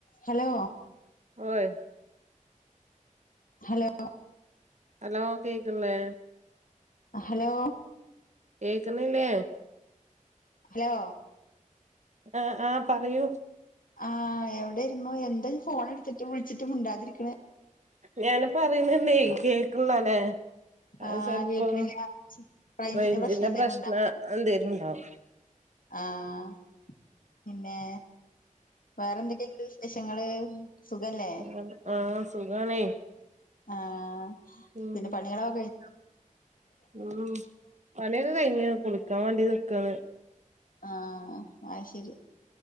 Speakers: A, on the left; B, on the right.
A: Hello
B: ഓയ്
A: hello
B: hello കേക്കണില്ലേ
A: hello
B: കേക്കുന്നില്ലേ
A: ഹലോ
B: ആഹ് ആഹ് പറയൂ
A: ആഹ് എവിടേരുന്നു എന്താ ഇജ്ജ് ഫോണെട്ത്തിട്ടും വിളിച്ചിട്ട് മുണ്ടാതിരിക്ക്ണെ
B: ഞാന് പറിണ് ഇണ്ടേ കേക്ക്ണ്ല്ലാല്ലേ അഹ്
A: ആ
B: ചെൽപ്പോ
A: കേൾക്കണില്ല റേഞ്ചിന്റെ
B: റെയിഞ്ച്ന്റെ
A: പ്രശ്നം എന്തേലും
B: പ്രശ്ന എന്തേലുണ്ടാവും
A: ആഹ് പിന്നെ വേറെന്തൊക്കെങ്ങട്ട് വിശേഷങ്ങള് സുഖല്ലേ
B: അങ്ങനെ ആഹ് സുഖാണേ
A: ആഹ്
B: ഉം
A: പിന്നെ പണിയാളോ കഴി
B: ഉം പണിയൊക്കെ കഴിഞ്ഞ് കുളിക്കാ വാണ്ടി നിക്കാണ്
A: ആഹ് അയ്ശരി